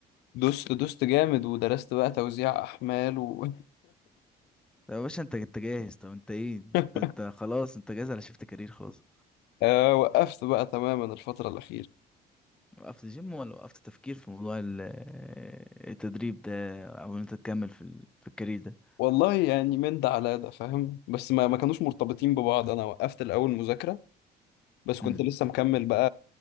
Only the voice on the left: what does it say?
دوست دوست جامد ودرست بقى توزيع أحمال و...
<laughs>
آه، وقفت بقى تماما الفترة الأخيرة
والله يعني من ده على ده فاهم بس ما ما كانوش مرتبطين ببعض أنا وقفت الأول مذاكرة بس كنت
لسه مكمل بقى